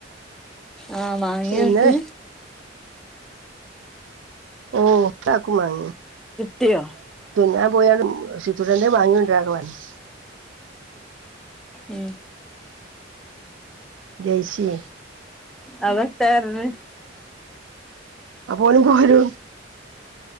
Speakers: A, in the centre; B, on the right.
A: ആഹ വാങ്ങിന്നിട്ട്.
B: ഇന്നലെ ഓ മാങ്ങി
A: കിട്ട്യോ.
B: ഞാൻ പോയാണ് സിതുട്ടന്റെ വാങ്ങിക്കൊണ്ടരാനൊക്കെ പറഞ്ഞിന്നു.
A: ഉം.
B: ജെയ്സി.
A: അവതെർഞ്.
B: അ പോലും പോരും.